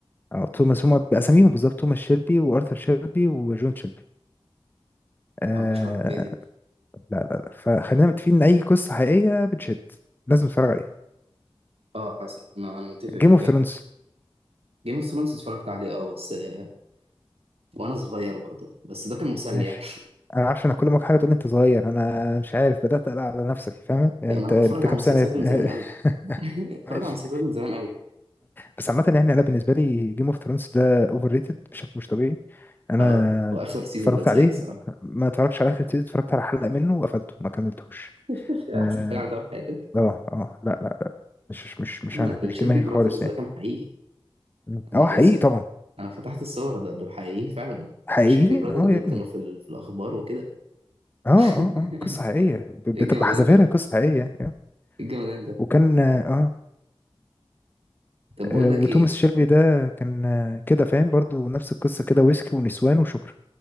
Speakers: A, on the left (about 20°); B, on the right (about 85°).
A: اه توماس هما باساميهم بالظبط توماس شيلبي وارثر شيلبي وجون شيلبي آه
B: انا ما كنتش اعرف الحاجه دي
A: لا لا لا فخلينا متفقين ان اي قصة حقيقية بتشد لازم تتفرج عليها
B: اه حصل انا انا متفق
A: جيم
B: في الحاجه
A: اوف ثرونز
B: دي جيم اوف ثرونز اتفرجت عليه اه بس آه، وانا صغير برضه بس ده كان مسلي
A: ماشي
B: يعني
A: انا عارف انا كل ما حاجه تقول لي انت صغير انا مش عارف بدات اقلق على نفسك فاهم يعني
B: يعني
A: انت
B: ما انا
A: انت
B: بتفرج على
A: كام
B: مسلسلات
A: سنه يا
B: من
A: ابني؟
B: زمان قوي
A: <laughs>
B: <laughs> بتفرج
A: ماشي
B: على مسلسلات من زمان قوي
A: بس عامه يعني انا بالنسبه لي جيم اوف ثرونز ده اوفر ريتد بشكل مش طبيعي انا
B: اه واخر سيزون
A: اتفرجت
B: كان سيء
A: عليه
B: الصراحه
A: ما اتفرجتش على اخر سيزون اتفرجت على حلقه منه وقفلته ما كملتوش
B: احسن
A: اه
B: حاجه عملتها في حياتي
A: اه آه، لا لا مش مش مش
B: اقول
A: انا
B: لك الشيلبي
A: مش دماغي
B: براذرز
A: خالص يعني
B: ده كان حقيقي
A: مم.
B: انا
A: اه حقيقي طبعا
B: انا فتحت الصور ده دول حقيقيين فعلا
A: حقيقي
B: شيربي برادر
A: اه
B: دول
A: يا ابني
B: كانوا في, ال... في الاخبار وكده
A: اه اه
B: <laughs>
A: اه قصه حقيقيه ب- بتبقى
B: ايه الجمدان
A: حذافيرها
B: ده
A: قصه حقيقيه آه.
B: ايه الجمدان ده
A: وكان اه
B: طب
A: آه،
B: بقول لك
A: وتوماس
B: ايه
A: شيلبي ده كان آه، كده فاهم برضو نفس القصة كده ويسكي ونسوان وشكرا